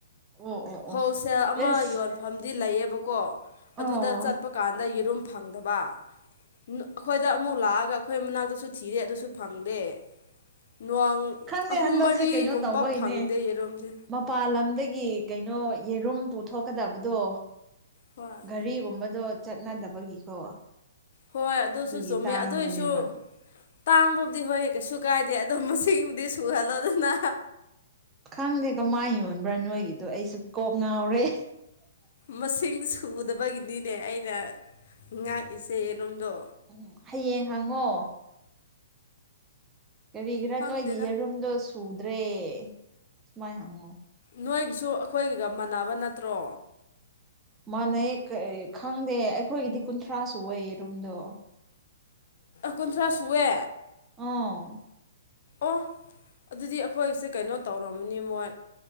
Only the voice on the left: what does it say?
ꯐꯧꯁꯦꯜ
ꯑꯃ
ꯌꯣꯟꯜꯂꯤ ꯃꯐꯝꯗꯤ ꯂꯩꯌꯦꯕꯀꯣ
ꯑꯗꯨꯗ ꯆꯠꯄ ꯀꯥꯟꯗ ꯌꯦꯔꯨꯝ ꯐꯪꯗꯕ ꯑꯩꯈꯣꯏꯗ ꯑꯃꯨꯛ ꯂꯥꯛꯑꯒ ꯑꯩꯈꯣꯏ ꯃꯅꯥꯛꯇꯁꯨ ꯊꯤꯔꯦ ꯑꯗꯨꯁꯨ ꯐꯪꯗꯦ ꯅꯋꯥꯡ
ꯑꯍꯨꯝ
ꯃꯔꯤꯒꯨꯝꯕ
ꯐꯪꯗꯦ ꯌꯦꯔꯣꯝꯁꯦ
ꯍꯣꯏ
ꯍꯣꯏ ꯑꯗꯨꯁꯨ
ꯆꯨꯝꯃꯦ
ꯑꯗꯨꯏꯁꯨ ꯇꯥꯡꯕꯕꯨꯗꯤ ꯍꯣꯏ ꯀꯩꯁꯨ ꯀꯥꯏꯗꯦ ꯑꯗꯣ ꯃꯁꯤꯡꯕꯨꯗꯤ ꯁꯨꯍꯜꯂꯣꯗꯅ
ꯃꯁꯤꯡ ꯁꯨꯗꯕꯒꯤꯅꯤꯅꯦ ꯑꯩꯅ ꯉꯥꯛꯏꯆꯦꯅꯣꯝꯗꯣ
ꯈꯪꯗꯦꯗ
ꯅꯣꯏꯒꯤꯁꯨ ꯑꯩꯈꯣꯏꯒꯤꯒ ꯃꯥꯟꯅꯕ ꯅꯠꯇ꯭ꯔꯣ
ꯀꯨꯟꯊ꯭ꯔꯥ ꯁꯨꯋꯦ
ꯑꯣ ꯑꯗꯨꯗꯤ ꯑꯩꯈꯣꯏꯁꯦ ꯀꯩꯅꯣ ꯇꯧꯔꯝꯃꯅꯤ ꯃꯣꯏ